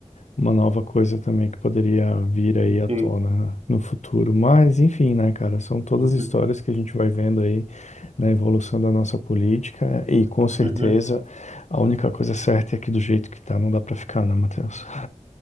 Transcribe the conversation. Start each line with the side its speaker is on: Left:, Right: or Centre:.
Left: uma nova coisa também que poderia vir aí
Right: ok.
Left: à tona no futuro. Mas, enfim, né, cara, são todas
Right: Uhum,
Left: histórias que a gente vai vendo aí na evolução da nossa política e, com certeza,
Right: uhum.
Left: a única coisa certa é que do jeito que tá, não dá para ficar, né, Matheus?